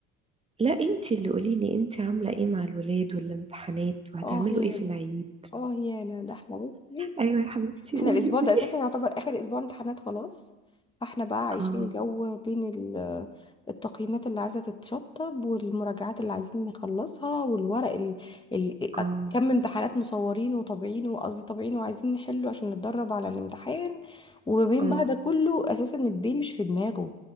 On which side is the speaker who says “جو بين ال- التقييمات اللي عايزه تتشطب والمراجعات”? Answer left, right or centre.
Left